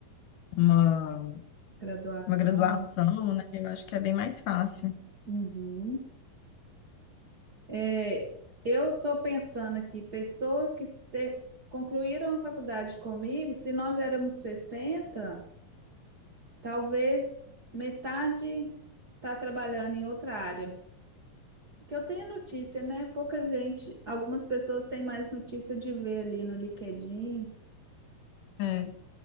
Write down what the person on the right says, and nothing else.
Graduação.
Uhum. É, eu estou pensando aqui, pessoas que te- concluíram a faculdade comigo, se nós éramos sessenta Talvez metade está trabalhando em outra área. Que eu tenho notícia, né? Pouca gente, algumas pessoas têm mais notícia de ver ali no LinkedIn.